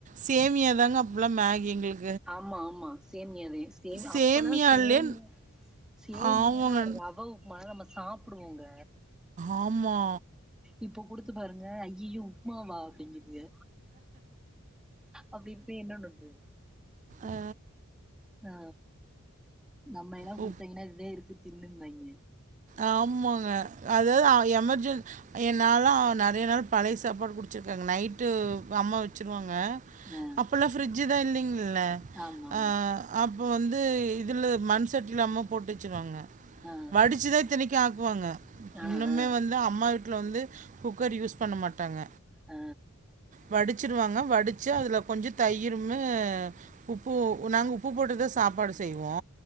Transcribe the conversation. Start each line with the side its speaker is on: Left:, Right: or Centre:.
Right: சேமியா தாங்க அப்பலா மேகி எங்களுக்
Centre: ஆமா ஆமா சேமியாதே சே
Right: சேமியாலே
Centre: அப்பல்லா சேமியா சேமியா
Right: ஆமாங்க.
Centre: ரவ உப்மால நம்ம சாப்புடுவோங்க
Right: ஆமா
Centre: இப்ப குடுத்து பாருங்க அய்யய உப்மாவா அப்டிங்கிதுக அப்டி இருப்ப என்னன்னுது
Right: அ,
Centre: ஆ நம்ம என்னா
Right: அ.
Centre: குடுத்தீங்கன்னா இதே இருக்கு திண்ணும்பாய்ங்க
Right: ஆமாங்க அதாவது எமர்ஜென் ஏ நாலா நெறைய நாள் பழைய சாப்பாடு குடுச்சுருக்கேங்க நைட்டு அம்மா வச்சுருவாங்க
Centre: ஆ.
Right: அப்பல்லா ஃபிரிட்ஜு தா இல்லைங்கல்ல
Centre: ஆமா, ஆமா.
Right: அ அப்ப வந்து இதுல மண் சட்டில அம்மா போட்டு வச்சுருவாங்க
Centre: ஆ
Right: சிதாய்தன்னைக்கி ஆக்குவாங்க
Centre: ஆ,
Right: இன்னுமே
Centre: ஆ,
Right: வந்து அம்மா வீ வீட்ல வந்து குக்கர் யூஸ் பண்ண மாட்டாங்க
Centre: அ
Right: வடுச்சுருவாங்க வடுச்சு அதுல கொஞ்சொ தயிரும்மு உப்பு நாங்க உப்பு போட்டுதா சாப்பாடு செய்வோ